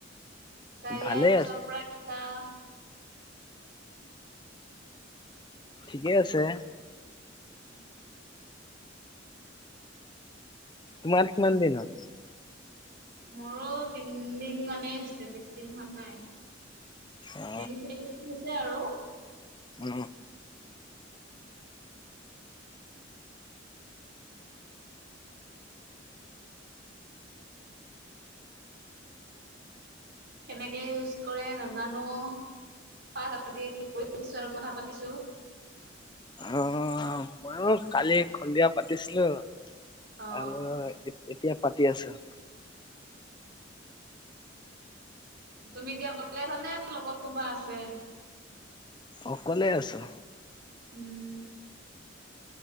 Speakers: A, on the right; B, on the left.
A: কাৰিয়া
B: ভালে
A: এপছৰ
B: আছে
A: পৰা কিবা
B: ঠিকেই আছে।
A: উম
B: তোমাৰ কিমান দিন হ'ল?
A: মোৰো তিনদিন মানেই হৈছে, বেছি দিন হোৱা নাই। তিনি
B: অ
A: চাৰিদিন হৈছে আৰু
B: উ
A: কেনেকে ইউজ কৰে নাজানো আও <unintelligible> আৰু কথা পাতিছোঁ।
B: অ', মই ও কালি সন্ধিয়া পাতিছিলো।
A: অঁ
B: আৰু এতিয়া পাতি আছোঁ।
A: উ। তুমি এতিয়া অকলে আছা নে লগত কোনোবা আছে?
B: অকলে আছো।
A: উম।